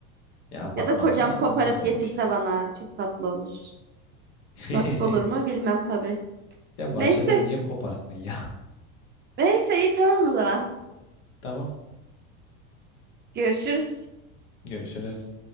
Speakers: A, on the left; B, on the right.
A: Ya apartmanda
B: Ya da kocam koparıp
A: olmaz öyle
B: getirse
A: bir şey.
B: bana çok tatlı olur.
A: <laughs>
B: Nasip olur mu bilmem tabii.
A: Ya bahçeden
B: Neyse.
A: niye koparsın ya? <laughs>
B: Neyse iyi tamam o zaman.
A: Tamam.
B: Görüşürüz.
A: Görüşürüz.